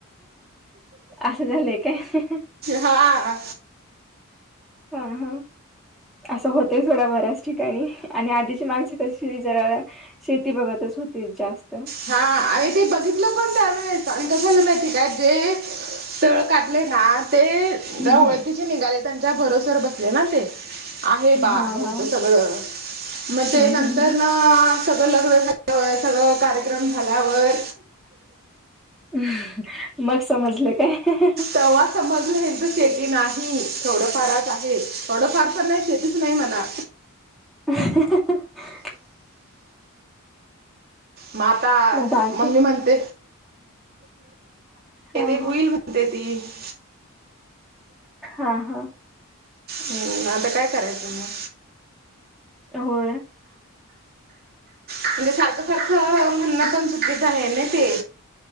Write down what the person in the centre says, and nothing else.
असं झालंय काय.
हा हा. असं होतंय थोडा बऱ्याच ठिकाणी आणि आधीची माणसं कशी जरा. शेती बघतच होती जास्त.
हम्म
हम्म
हा
हा
हम्म
हम्म
ह् मग समजलं काय हं हं हं.
ह <unintelligible>
मग बाकी
हा
हा
हा हा.
हो.